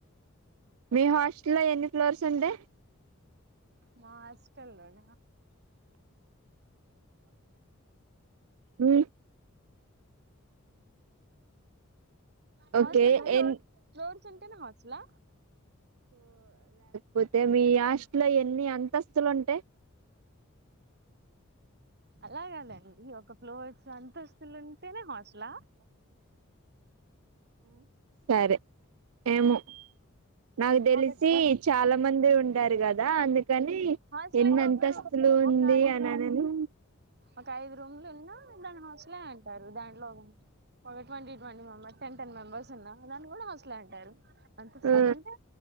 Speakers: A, on the right; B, on the right.
A: మీ హాస్టల్ లో ఎన్ని ఫ్లోర్స్ ఉండే
B: మా హాస్టల్లోన
A: ఉ
B: హాస్టల్
A: ఓకే
B: అంటే ఫ్లో
A: ఎన్
B: ఫ్లోర్స్ ఉంటేనే హాస్టల
A: పోతే మీ హాస్ట్లో ఎన్ని అంతస్తులు ఉంటాయి
B: అలాగా కాదండి ఒక ప్లోర్స్ అంతస్తులు ఉంటేనే హాస్టల్ ఆ
A: సరే ఏమో నాకు తెలిసి
B: ఒక
A: చాలా మంది ఉంటారు కదా అందుకు కానీ
B: హాస్టల్
A: ఎన్ని
B: అంటే
A: అంతస్తులు
B: ఒకరు
A: ఉంది
B: ఒక ఐదు
A: అని
B: రూమ్
A: అనను
B: ఒక ఐదు రూమ్లు ఉన్నా దాని హాస్టలే అంటారు దాంట్లో ఒక twenty twenty member ten ten members ఉన్నా దాని కూడా హాస్టలే అంటారు అంతస్తులుంటే
A: ఆ